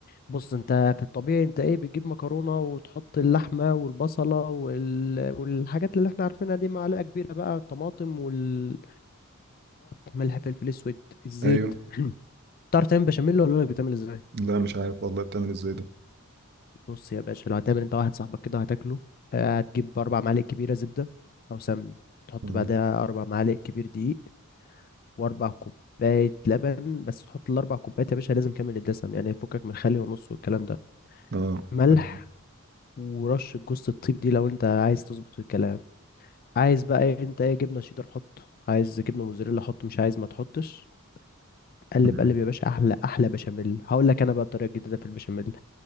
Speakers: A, on the left; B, on the right.
A: بص انت في الطبيعي انت ايه بتجيب مكرونة وتحط اللحمة والبصلة وال... والحاجات اللي احنا عارفينها دي معلقة كبيرة بقى الطماطم والبهارات ملح فلفل اسود الزيت
B: ايوه
A: تعرف تعمل بشاميل ولا لك بتعمل ازاي
B: لا مش عارف والله بتعمل ازاي ده
A: بص يا باشا لو هتعمل انت واحد صاحبك كده هتاكله اه، هتجيب اربع معالق كبيرة زبدة او سمن تحط
B: مم.
A: بعدها اربع معالق كبير دقيق واربع كوباية لبن بس تحط الاربع كوبايات يا باشا لازم كامل الدسم يعني فكك من خلي ونص والكلام ده
B: اه
A: ملح
B: تمام.
A: ورشة جوزة الطيب دي لو انت عايز تظبط الكلام عايز بقى ايه انت ايه جبنة شيدر حط عايز جبنة موزاريلا حط مش عايز ما تحطش قلب
B: مم.
A: قلب يا باشا احلى احلى بشاميل هقول لك انا بقى الطريقة الجديدة في البشاميل